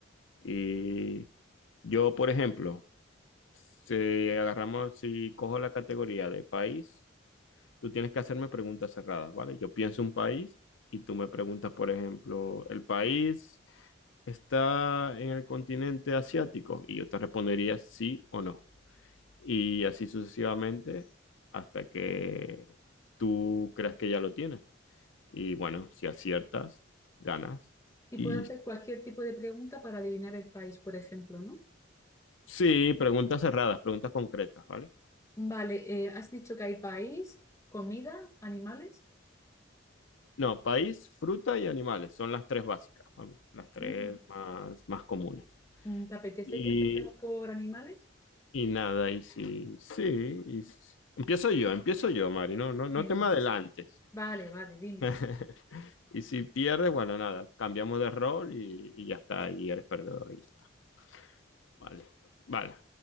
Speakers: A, on the left; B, on the left.
A: Y yo, por ejemplo, si agarramos, si cojo la categoría de país, Tú tienes que hacerme preguntas cerradas, ¿vale? Yo pienso un país y tú me preguntas, por ejemplo, ¿el país está en el continente asiático? Y yo te respondería sí o no. Y así sucesivamente hasta que tú creas que ya lo tienes. Y bueno, si aciertas, ganas.
B: Y
A: Y
B: puedo hacer cualquier tipo de pregunta para adivinar el país, por ejemplo, ¿no?
A: sí, preguntas cerradas, preguntas concretas, ¿vale?
B: Vale, eh, has dicho que hay país, comida, animales.
A: No, país, fruta y animales son las tres básicas, vamos, las tres
B: Mm.
A: más, más comunes.
B: Mm, ¿Te apetece
A: Y
B: que empecemos por animales?
A: Y nada, y sí, sí, y s- empiezo yo, empiezo yo, Mari, no, no,
B: Venga.
A: no te me adelantes.
B: Vale, vale, dime.
A: <laughs> Y si pierdes, bueno, nada, cambiamos de rol y, y ya está, y eres perdedor y ya está. Vale, vale.